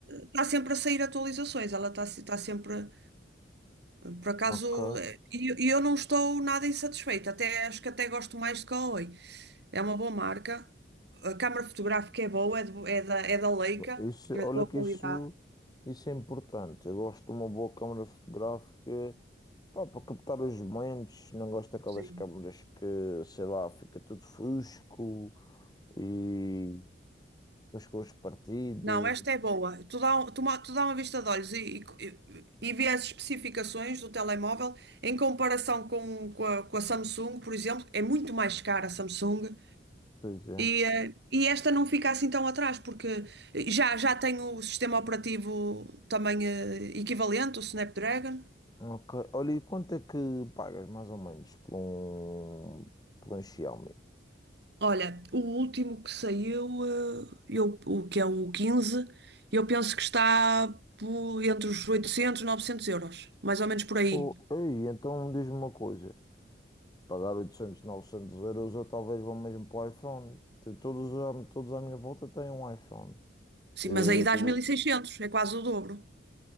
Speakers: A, on the right (about 65°); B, on the left (about 25°).
A: está sempre a sair atualizações. Ela está, está sempre. Por acaso,
B: Ok.
A: eh, e e eu não estou nada insatisfeita, até acho que até gosto mais de Huawei. É uma boa marca, a câmara fotográfica é boa, é, de bo- é da, é da Leica,
B: Isso,
A: é
B: olha
A: de boa
B: que
A: qualidade.
B: isso, isso é importante. Eu gosto de uma boa câmara fotográfica. Pá, para captar os momentos, não gosto daquelas
A: Sim.
B: câmaras que, sei lá, fica tudo fusco e as cores partidas.
A: Não, esta é boa. Tu dá, um- tu, ma- tu dá uma vista de olhos e, e, e vê as especificações do telemóvel em comparação com, com a, com a Samsung, por exemplo, é muito mais cara a Samsung.
B: Pois é.
A: E, eh, e esta não fica assim tão atrás, porque já, já tem o sistema operativo também eh, equivalente, o Snapdragon.
B: Ok. Olha, e quanto é que pagas mais ou menos por um, por um Xiaomi?
A: Olha, o último que saiu, eh, eu, o que é o quinze eu penso que está por- entre os 800 e 900 euros, mais ou menos por aí.
B: Pô, ei, então diz-me uma coisa: pagar 800, 900 euros eu talvez vou mesmo para o iPhone. T- Todos, à- todos à minha volta têm um iPhone.
A: Sim,
B: Eh,
A: mas aí dás mil e seiscentos é quase o dobro.